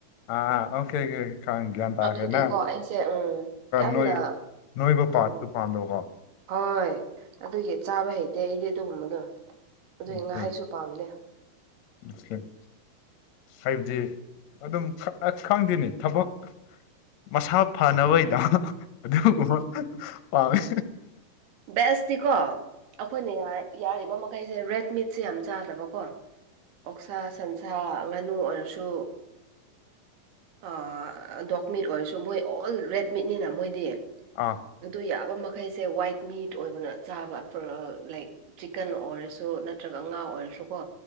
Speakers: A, on the left; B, on the right.
A: ꯑ ꯑꯣꯀꯦ ꯀꯦ ꯈꯪ ꯒ꯭ꯌꯥꯟ ꯇꯥꯈꯦꯅ
B: ꯑꯗꯨꯒꯤꯀꯣ ꯑꯩꯁꯦ ꯎꯝ ꯌꯥꯝꯅ
A: ꯅꯣꯏ ꯅꯣꯏꯕ ꯄꯥꯔꯠꯇꯨ
B: ꯎꯝ
A: ꯄꯥꯝꯗꯕꯀꯣ
B: ꯍꯣꯏ ꯑꯗꯨꯒꯤ ꯆꯥꯕ ꯍꯩꯇꯦ ꯑꯩꯗꯤ ꯑꯗꯨꯒꯨꯝꯕꯗꯣ
A: ꯑꯣꯀꯦ
B: ꯑꯗꯨꯒꯤ ꯉꯥꯍꯩꯁꯨ ꯄꯥꯝꯗꯦ
A: <unintelligible> ꯍꯥꯏꯕꯗꯤ ꯑꯗꯨꯝ <unintelligible> ꯈꯪꯗꯦꯅꯤ ꯊꯕꯛ ꯃꯁꯥ ꯐꯅꯕꯒꯤꯗ ꯑꯗꯨꯒꯨꯝꯕ ꯄꯥꯝꯃꯤ
B: ꯕꯦꯁꯇꯤꯀꯣ ꯑꯩꯈꯣꯏꯅ ꯌꯥꯔ ꯌꯥꯔꯤꯕ ꯃꯈꯩꯁꯦ ꯔꯦꯗ ꯃꯤꯠꯁꯦ ꯌꯥꯝ ꯆꯥꯗꯕꯀꯣ ꯑꯣꯛꯁꯥ ꯁꯟꯁꯥ ꯉꯥꯅꯨ ꯑꯣꯏꯔꯁꯨ ꯑꯥ ꯗꯣꯛ ꯃꯤꯠ ꯑꯣꯏꯔꯁꯨ ꯃꯣꯏ ꯑꯣꯜ ꯔꯦꯠ ꯃꯤꯠꯅꯤꯅ ꯃꯣꯏꯗꯤ
A: ꯑꯥ
B: ꯑꯗꯨ ꯌꯥꯕ ꯃꯈꯩꯁꯦ ꯋꯥꯏꯠ ꯃꯤꯠ ꯑꯣꯏꯕꯅ ꯆꯥꯕ ꯂꯥꯏꯛ ꯆꯤꯛꯀꯟ ꯑꯣꯏꯔꯁꯨ ꯅꯠꯇ꯭ꯔꯒ ꯉꯥ ꯑꯣꯏꯔꯁꯨꯀꯣ